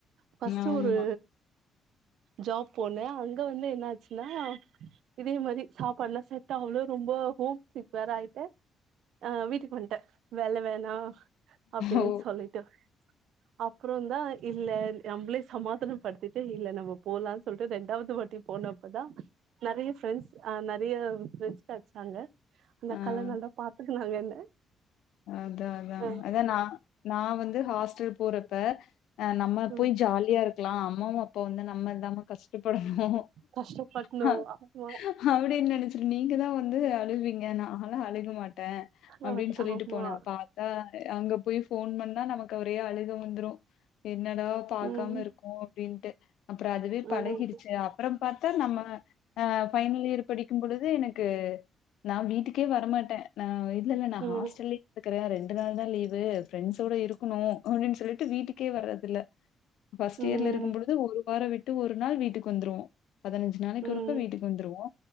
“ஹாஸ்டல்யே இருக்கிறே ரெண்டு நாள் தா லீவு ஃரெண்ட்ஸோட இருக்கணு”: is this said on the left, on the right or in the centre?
Left